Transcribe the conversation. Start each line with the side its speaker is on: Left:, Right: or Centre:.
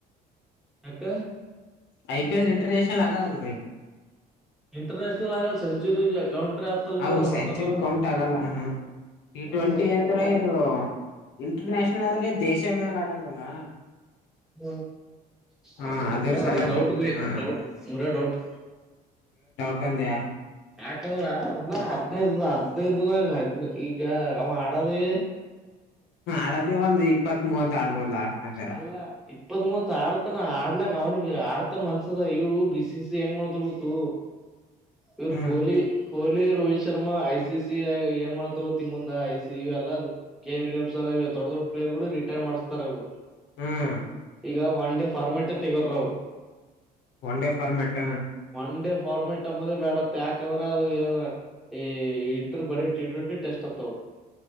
Centre: ಅಕ್ಕ
Left: ಆಐಪಿಎಲ್ ಇಂಟರ್ನೇಶನಲ್ ಆಗಳಲ್ಲ ಭೈ
Centre: ಇಂಟರ್ನ್ಯಾಷನಲ್ ಆವೆಲ್ ಸೆಂಚುರಿ ಕೌಂಟ್ರಿ ಆತಲ್
Left: ಹ
Centre: ಮತ್ತ
Left: ಸೆಂಚುರಿ
Centre: ಹೊಡ್ತಾನಲ್ಲ
Left: ಕೌಂಟ್ ಆಗಲ್ಲ ಹ ಟಿ ಟ್ವೆಂಟಿ
Centre: ಅವರು
Left: ಅಂದ್ರೆ ಇದು ಇಂಟರ್ ನ್ಯಷನಲ್ ಅಂದ್ರೆ ದೇಶ ಮೆಾಗ ಆಡೋದಲ್ಲ
Centre: ಹ
Left: ಹಾ
Centre: ಅ
Left: ಅದರ
Centre: ಮುರ
Left: ಸಲೆಂದ
Centre: ಆ ಡೌಟ್
Left: ಹಾ
Centre: ಡೌಟ್ ಮುರ ಡೌಟ್
Left: ಹಂತಾ <inaudible>
Centre: ಯಾಕಂದ್ರ ಹದ್ನೈದು ಹದ್ನೈದ ದಿನ ಹದ್ನ ಈಗ ಅವ ಆಡದ <inaudible>
Left: ಹಾ ಆ ಒಂದ ಇಪ್ಪತ್ ಆಡ್ಬೋದು ಲಾಸ್ಟ್ ಟೈಮ್ ಬರ
Centre: ಅಲ್ಲ ಇಪ್ಪತ್ ಮೂವತ್ ಆಡ್ತಾನ ಆಡ್ಲಕ್ ಅವನಿಗೆ ಆಡ್ತಾನ ಒನ್ಸದ ಇವ್ರು ಬಿಸಿ ಬಿಸಿ ಹೆಂಗ್ ಮಾಡತರ್ ಬತ್ತು ಇವರು
Left: ಹ್ಮ್
Centre: Kohli Kohli Rohit Sharma I C C ಏ ಮಾಡ್ತೋಗೋ ತಿಂಗ ಮುಂದ I C C K Williamson ದೊಡ್ಡ ದೊಡ್ಡ ಪ್ಲೇರ್ ಗಳು ರಿಟೈರ್ ಮಾಡುಸ್ತಾರ ಅವ್ರು
Left: ಹ್ಮ್
Centre: ಈಗ ಒನ್ ಡೇ ಫಾರ್ಮ್ಯಾಟೇ ತೆಗೋರ್ರ ಅವ್ರು
Left: one day format
Centre: one day format ಅಮ್ಮದ ಬ್ಯಾಡತ್ ಯಾಕಂದ್ರೆ ಅದು ಏನ್ ಈ ಇಟ್ರ ಬರೀ ಟಿ ಟ್ವೆಂಟಿ ಟೆಸ್ಟ್ ಆತ್ತವರು